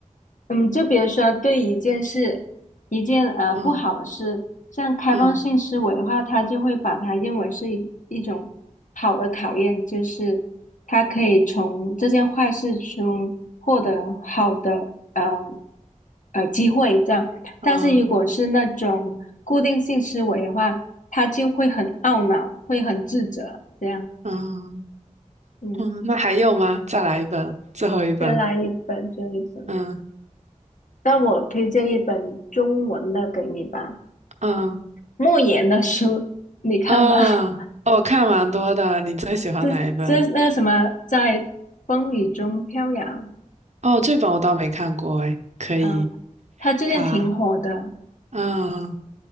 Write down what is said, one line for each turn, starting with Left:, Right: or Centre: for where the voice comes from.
Left: 嗯，就比如说对一件事，一件呃不好的事，
Right: 嗯
Left: 像开放性思维的话，
Right: 嗯
Left: 他就会把它认为是一一种好的考验，就是他可以从这件坏事中获得好的呃呃机会这样。但是如果是那种固定性思维的话，
Right: 嗯
Left: 他就会很懊恼，会很自责这样。
Right: 嗯
Left: 嗯，
Right: 嗯，那还有吗？再来一本，最后一本。
Left: 再来一本这一本，
Right: 嗯
Left: 那我推荐一本中文的给你吧。
Right: 嗯
Left: 莫言的书，你看吗？
Right: 嗯，
Left: <laughs>
Right: 哦，我看蛮多的。你最喜欢哪一本？
Left: 这这那个什么，在风雨中飘扬，
Right: 哦，这本我倒没看过哎，可以。
Left: 嗯，他最近挺火的，
Right: 他，嗯，